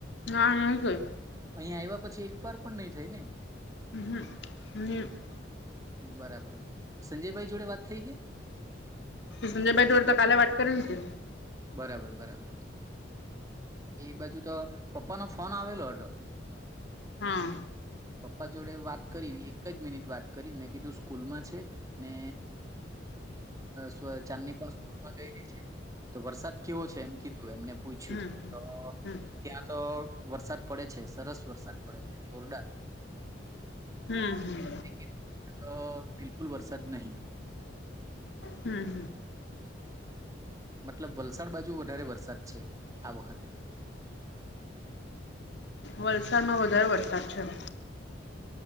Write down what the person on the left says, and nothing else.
હા નહીં થ‌ઈ
<unintelligible>
સંજય ભાઈ જોડે તો કાલે વાત કરેલી છે
હા
હમ હમ
હમ હમ
હમ્મ
વલસાડમાં વધારે વરસાદ છે.